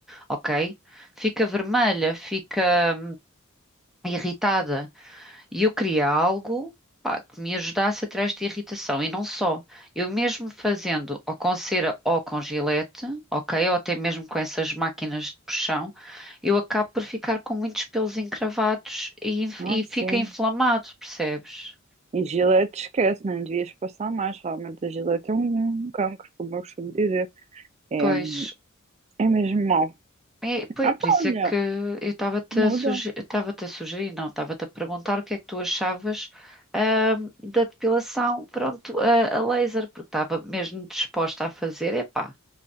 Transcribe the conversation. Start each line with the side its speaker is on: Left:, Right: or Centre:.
Centre: ok? Fica vermelha, fica irritada. E eu queria algo, pá, que me ajudasse a tirar esta irritação. E não só. Eu mesmo fazendo ou com cera ou com gilete, ok? Ou até mesmo com essas máquinas de puxão, eu acabo por ficar com muitos pelos encravados e, inf-
Right: Ah,
Centre: e
Right: sim.
Centre: fica inflamado, percebes?
Right: E Gillette esquece, não devias passar mais. Realmente a Gillette é um, um cancro, como eu costumo dizer. É,
Centre: Pois.
Right: é mesmo mau.
Centre: É, pois,
Right: Ah,
Centre: por
Right: pá,
Centre: isso
Right: olha,
Centre: é que eu estava-te
Right: muda.
Centre: a sugerir, estava-te a sugerir, não, estava-te a perguntar o que é que tu achavas, ahm, da depilação, pronto, a, a laser, porque estava mesmo disposta a fazer, epá.